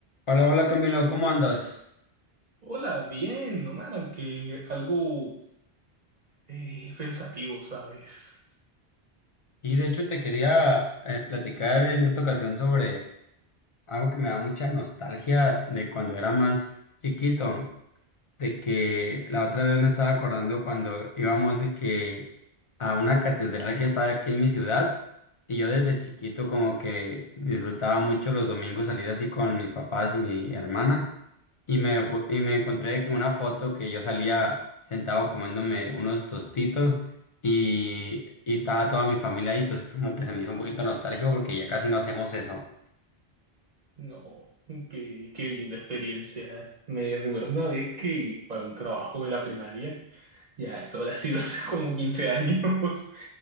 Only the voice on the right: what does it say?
Hola, bien, nomás, aunque algo eh, pensativo, ¿sabes?
No, qué, qué linda experiencia. Me recuerdo una vez que para un trabajo de la primaria, ya eso habrá sido hace como quince años,